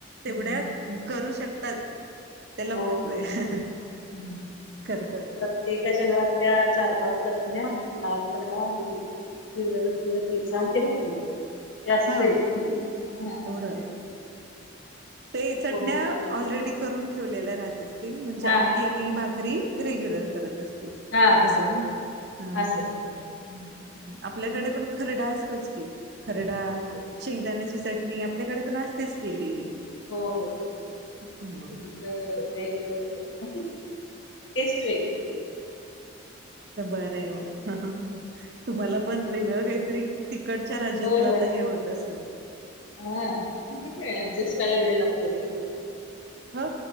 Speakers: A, on the right; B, on the left.
A: तेवढ्या
B: हम्म.
A: करू शकतात. तेला
B: हो
A: महत्व
B: हो
A: आहे.
B: हो हम्म.
A: करतात
B: प्रत्येकाच्या घरात त्या चार पाच न लाल तडा आहे हिर्या भतीचा आणि ते भाकरी ते असतयच
A: हा
B: हा
A: एवढ
B: असतयच
A: ते चटण्या
B: कोणी येऊ दे
A: ऑलरेडी करून ठेवलेला राहत असतील म्हणजे
B: हा
A: आमटी आणि भाकरी रेग्युलर करत असते.
B: हा
A: अस
B: हा हा
A: ना हा
B: असं
A: हा
B: हम्म.
A: आपल्याकडे पण खरडा असतोच की खरडा
B: हो हो
A: शेंगदाण्याची चटणी आपल्याकडे पण असतेच केलेली.
B: हो हो हो
A: हम्म
B: वेगवेळ. <inaudible>
A: बरं आहे म तुम्हाला पण वेगळं काहीतरी- तिकडच्या राज्यातलं
B: होय होय
A: आता हे होत असेल.
B: हा. मग तिथे ऍडजस्ट व्हायला वेळ लागते खरं.
A: ह